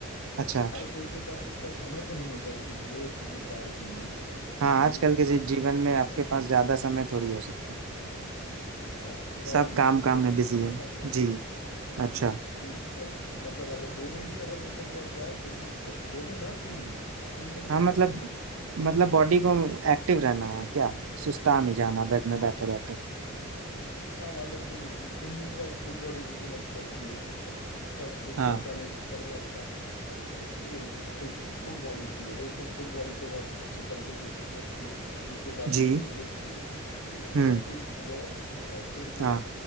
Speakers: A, on the right; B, on the left.
A: अच्छा
B: अ, हर कोई के पास इतना समय तो नहीं होता है कि वो रोज वो जाए जिम में
A: हाँ
B: तो
A: आजकल
B: ये
A: के
B: थोड़ा
A: जी,
B: मैंने
A: जीवन
B: रिसर्च
A: में आपके
B: किया
A: पास
B: है
A: ज्यादा समय थोड़ी हो सकता है
B: हाँ थोड़ा
A: सब
B: ये
A: काम
B: रिसर्च
A: काम
B: करके
A: में
B: मैंने
A: बिजी है
B: पता किया
A: जी अच्छा
B: क्योंकि अब मतलब अगर दो दिन भी अगर हो सके आप जाए तो भी हो सकता है दो दिन ना तीन दिन तीन दिन
A: हाँ
B: में
A: मतलब
B: हो सकता है
A: मतलब बॉडी को एक्टिव रहना है क्या सुस्ता नहीं जाना बेड में बैठे बैठे
B: हाँ मतलब देखिए दो- तीन दिन का फुल बॉडी रूटीन आप क्या किए अब फर्स्ट एक
A: हाँ
B: सप्ताह में से पहला दिन आप ए, ए, एक फुल बॉडी किए वो एकदम फुल बॉडी को आप अच्छे तरीके से एक्सरसाइज किए उसके बाद
A: जी
B: एक दिन रेस्ट दिए उसके
A: हम्म
B: बाद फिर गए और फिर वो
A: हाँ